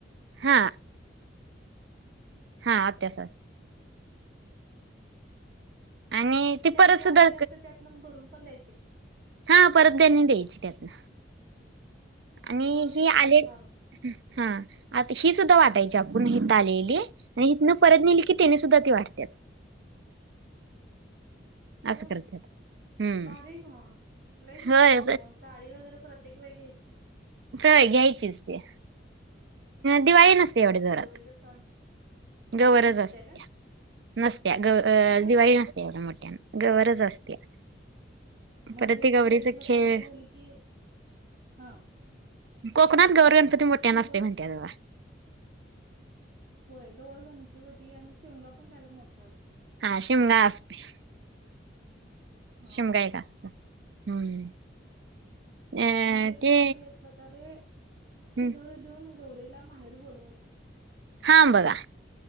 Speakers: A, on the right; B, on the right.
A: हा हा आत्या आणि ती
B: त्यांचे
A: परत सुद्धा
B: आलेले अस त्यात नं भरून पण द्यायची
A: हा परत त्यांनी द्यायची त्यातन आणि
B: भरून द्यायचे
A: ही आले
B: त्यात कारून
A: हा आता ही सुद्धा वाटायची आपण हिथ आलेली आणि परत नेली की तिने सुद्धा
B: हा
A: ती वाटत असं
B: होय
A: करत्यात हम्म
B: बारीक मगलाच
A: होय
B: मोठ असं नाही साडी वगैरे प्रत ्येक वेग्यायचे
A: प्रवा घ्यायचीच ते दिवाळी नसते एवढ्या जोरात
B: गौरीचा सण
A: गवरज
B: नसते
A: असत्या
B: का
A: नसत्या ग
B: बर
A: दिवाळी नसते एवढ्या मोठ्या गरज असते
B: म्हणजे
A: परत गौरीचा
B: ते एक प्रकारे
A: खेळ
B: काय झाले की हा
A: कोकणात गौरगणपती मोठ्या
B: शिदोल
A: नसते म्हणतेात तेव्हा
B: होय दोवर गमतीपती आणि शेवगा पण कायदा मोठा असते
A: हा शिमंग अस असते
B: हा
A: शिमगा
B: हा
A: एक
B: हा
A: असत
B: हा
A: हम्म अ
B: म्हणजे काय
A: ते
B: झाला एक प्रकारे
A: हम्म
B: शिदोरी देऊन गौरीला माहेरी बोवायच
A: हा बघ